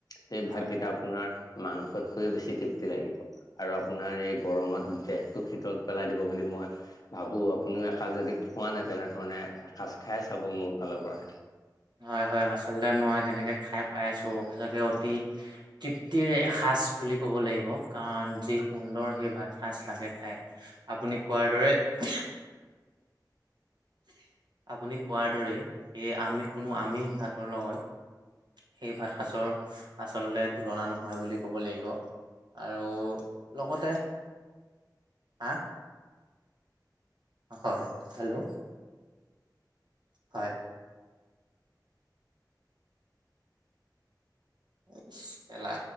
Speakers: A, on the left; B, on the right.
A: সেই
B: হয়
A: ভাতকেইটা আপোনাৰ মাংসতকৈও বেছি তৃপ্তি লাগিব আৰু আপোনাৰ এই গৰমত দেহটো শীতল পেলাই দিব বুলি মই ভাবোঁ আপুনিও এসাজ যদি খোৱা নাই তেনেধৰণে এসাজ খাই চাব মোৰ ফালৰ পৰা।
B: হয় হয় আচলতে মই তেনেকে খাই পাইছোঁ। সঁচাকে অতি তৃপ্তিৰ এসাজ বুলি ক'ব লাগিব। কাৰণ যি সুন্দৰ সেই ভাত সাজ লাগে খাই আপুনি কোৱাৰ দৰে, উমহ আপুনি কোৱাৰ দৰে এই আমিষ কোনো আমিষ ভাতৰ লগত সেই ভাত সাজৰ আচলতে তুলনা নহয় বুলি ক'ব লাগিব। আৰু লগতে, হা? হয় হেল্ল', হয়। <unintelligible> কেলা।